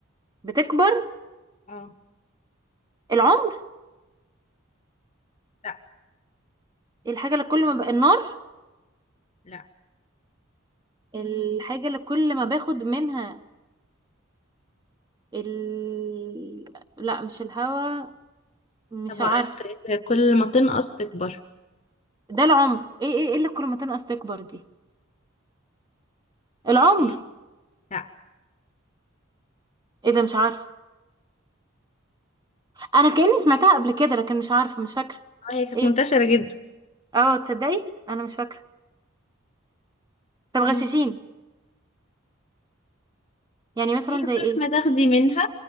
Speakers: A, on the right; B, on the left.
A: بتكبر
B: اه
A: العمر
B: لا
A: الحاجة اللي كل ما ب... النار
B: لا
A: الحاجة اللي كل ما باخد منها ال... لا مش الهوا مش
B: طب
A: عارفه
B: هقولها بطريقة كل ما تنقص تكبر
A: ده العمر ايه ايه ايه اللي كل ما تنقص تكبر دي العمر
B: ايه لا
A: ايه ده مش عارفه انا كأني سمعتها قبل كده لكن مش عارفه مش فاكره
B: آه، هي كانت
A: ايه
B: منتشرة جدا
A: اه تصدقي انا مش فاكره طب غششين
B: مم.
A: يعني مثلا
B: هي كل
A: زي ايه
B: ما تاخدي منها